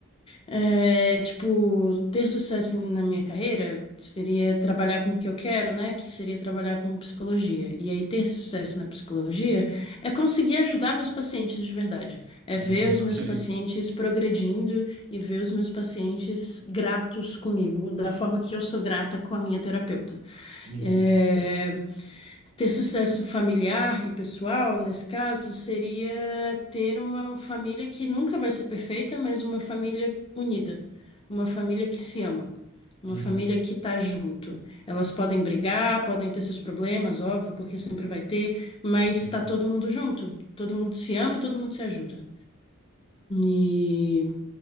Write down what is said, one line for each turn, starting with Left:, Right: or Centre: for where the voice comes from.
Left: É, tipo, ter sucesso em- na minha carreira seria trabalhar com o que eu quero, né? Que seria trabalhar com psicologia. E aí, ter sucesso na psicologia é conseguir ajudar meus pacientes de verdade. É
Right: Hum,
Left: ver os
Right: ok.
Left: meus pacientes progredindo e ver os meus pacientes gratos comigo, da forma que eu sou grata com a minha terapeuta.
Right: Uhum,
Left: É, ter sucesso familiar e pessoal, nesse caso, seria ter uma família que nunca vai ser perfeita, mas uma família unida, uma família que se ama, uma
Right: uhum.
Left: família que tá junto. Elas podem brigar, podem ter seus problemas, óbvio, porque sempre vai ter, mas
Right: Sim.
Left: tá todo mundo junto, todo mundo se ama e todo mundo se ajuda. E